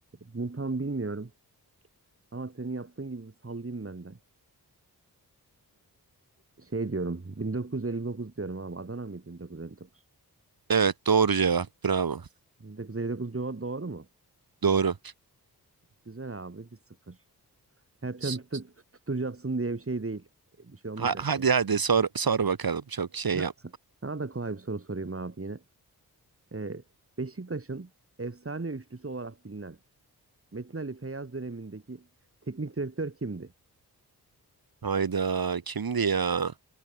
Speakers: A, on the right (about 35°); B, on the right (about 65°).
A: bunu tam bilmiyorum. Ama senin yaptığın gibi bir sallayayım ben de. E, şey diyorum. 1959 diyorum abi. Adana mıydı 1959?
B: Evet doğru cevap. Bravo.
A: 1959 cevap doğru mu?
B: Doğru.
A: Güzel abi. Bir sıfır. Hep sen
B: S-
A: tut- tut- tutturacaksın diye bir şey değil. E, Bir şey olmayacak
B: ha- hadi hadi sor sor bakalım. Çok şey
A: Ha-
B: yap.
A: Sana da kolay bir soru sorayım abi yine. Ee, Beşiktaş'ın efsane üçlüsü olarak bilinen Metin Ali Feyyaz dönemindeki teknik direktör kimdi?
B: Hayda kimdi ya?